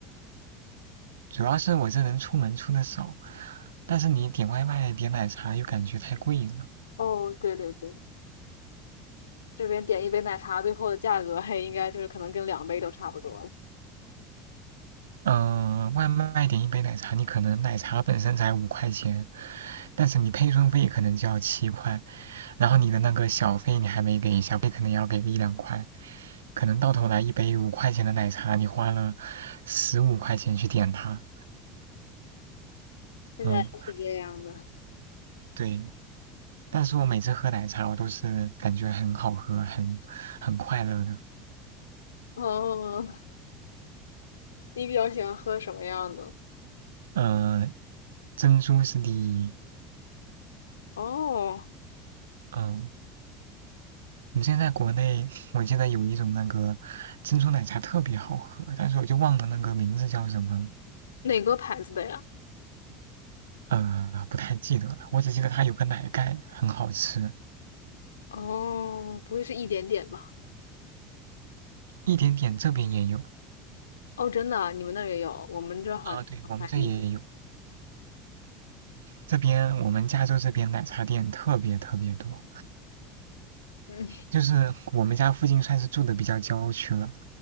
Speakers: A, on the right; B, on the left.
A: 主要是我这人出门出的少，但是你点外卖点奶茶又感觉太贵了。
B: 哦，对对对，这边点一杯奶茶，最后的价格还应该就是可能跟两杯都差不多了。
A: 嗯，呃外卖点一杯奶茶，你可能奶茶本身才五块钱，但是你配送费可能就要七块，然后你的那个小费你还没给，小费可能要给个一两块，可能到头来一杯五块钱的奶茶，你花了十五块钱去点它，
B: 现在是这样的。
A: 嗯，对。但是我每次喝奶茶，我都是感觉很好喝，很很快乐的。
B: 哦，你比较喜欢喝什么样的？
A: 嗯、呃珍珠是第一，
B: 哦，
A: 嗯、呃我们现在在国内，我记得有一种那个珍珠奶茶特别好喝，但是我就忘了那个名字叫什么了，
B: 哪个牌子的呀？
A: 呃，不太记得了。我只记得它有个奶盖很好吃，
B: 哦，不会是一点点吧？
A: 一点点这边也有
B: 哦，真的啊，你们那儿也有，我们这好像还没。
A: 啊，对，我们这也有。这边我们加州这边奶茶店特别特别多，
B: 嗯，
A: 就是我们家附近算是住的比较郊区了，